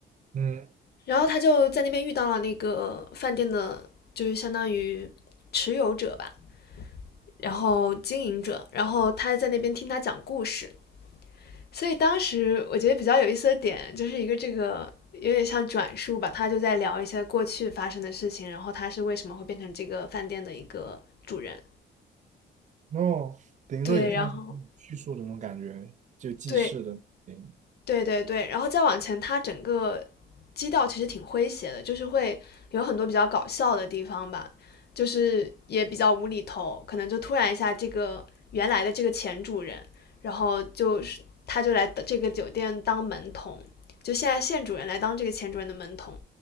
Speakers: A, on the right; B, on the left.
A: <laughs> 嗯，
B: 然后他就在那边遇到了那个饭店的，就是相当于持有者吧，然后经营者，然后他在那边听他讲故事。所以当时我觉得比较有意思的点，就是一个这个有点像转述吧，他就在聊一些过去发生的事情，然后他是为什么会变成这个饭店的一个主人。
A: 哦，等于说也像是叙述的那种感觉，
B: 对，然后
A: 就记事的电影。
B: 对，对对对，然后再往前，它整个基调其实挺诙谐的，就是会有很多比较搞笑的地方吧，就是也比较无厘头，可能就突然一下，这个原来的这个前主人，然后就是他就来这个酒店当门童，就现在现主人来当这个前主人的门童，